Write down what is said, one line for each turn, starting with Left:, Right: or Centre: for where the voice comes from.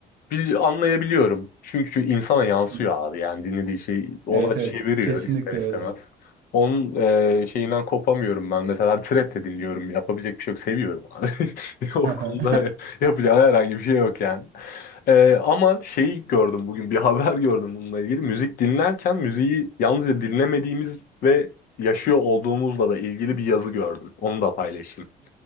Left: Bil- anlayabiliyorum. Çünkü insana yansıyor
Right: Hı
Left: abi. Yani dinlediği şey ona
Right: Evet,
Left: çeviriyor
Right: evet. Kesinlikle
Left: ister istemez.
Right: öyle.
Left: Onun e, şeyinden kopamıyorum ben. Mesela trap de dinliyorum. Yapabilecek bir şey yok. Seviyorum abi. <laughs> O
Right: <laughs> Hı
Left: konuda
Right: hı.
Left: yapacağım herhangi bir şey yok yani. E, ama şeyi gördüm bugün. Bir haber gördüm bununla ilgili. Müzik dinlerken müziği yalnızca dinlemediğimiz ve yaşıyor olduğumuzla da ilgili bir yazı gördüm. Onu da paylaşayım.